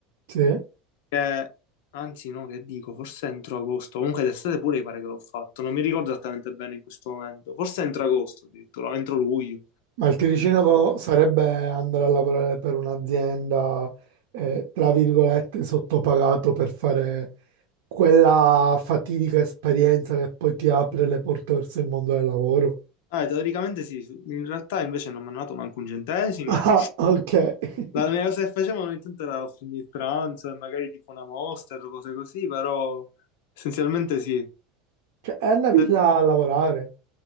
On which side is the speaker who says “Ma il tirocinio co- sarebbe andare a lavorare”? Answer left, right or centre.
Right